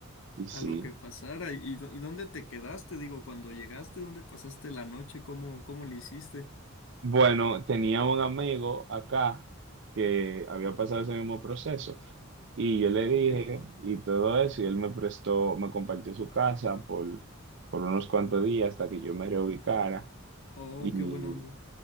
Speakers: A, on the right; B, on the left.
A: Y sí.
B: a lo que pasara. ¿Y, y dónde te quedaste? Digo, cuando llegaste, ¿dónde pasaste la noche? ¿Cómo, cómo le hiciste?
A: Bueno, tenía un amigo acá que había pasado ese mismo proceso Y yo le dije
B: Ok.
A: y todo eso, y él me prestó, me compartió su casa por, por unos cuantos días hasta que yo me reubicara.
B: Oh,
A: Y
B: qué buena onda.